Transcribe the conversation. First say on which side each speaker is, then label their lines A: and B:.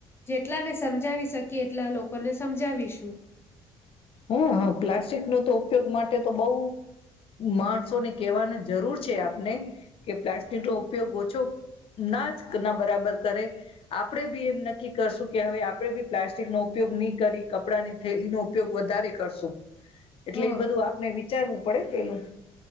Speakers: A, on the left; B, on the left.
A: જેટલા ને સમજાવી શક કેટલા લોકોને સમજાવીશું?
B: હુ હ પ્લાસ્ટિક નો તો ઉપયોગ માટે તો બહુ માણસોને કેહેવાની જરૂર છે આપને કે પ્લાસ્ટિક નો ઉપયોગ ઓછો ના જ ના બરાબર કરે આપણેે બી એમ નક્કી કરશું કે હવે આપડે બી પ્લાસ્ટિક નો ઉપયોગ નહી કરી કપડાની થેલીનો ઉપયોગ વધારે કરશો. એટલે
A: હ
B: એઈ બધું આપને બી ચલ ચલ પડે પેલું.